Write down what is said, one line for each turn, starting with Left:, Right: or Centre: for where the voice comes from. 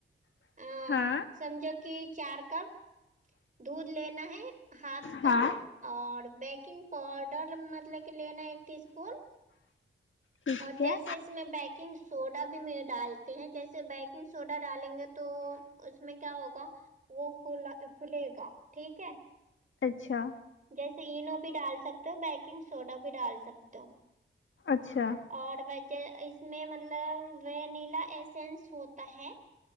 Right: آ,
Left: ہاں
Right: سمجھو کی چار کپ دودھ لینا ہے ہاف کپ
Left: ہاں
Right: اور بیکنگ پاؤڈر مطلب کہ لینا ہے ایک ٹی اسپون
Left: ٹھیک
Right: اور جیسے
Left: ہے
Right: اس میں بیکنگ سوڈا بھی میں ڈالتے ہیں جیسے بیکنگ سوڈا ڈالیں گے تو اس میں کیا ہوگا وہ پھولا پھلے گا ٹھیک ہے
Left: اچھا
Right: جیسے اینو بھی ڈال سکتے ہو بیکنگ سوڈا بھی ڈال سکتے ہو
Left: اچھا
Right: اور ویسے اس میں مطلب وینیلا ایسینس ہوتا ہے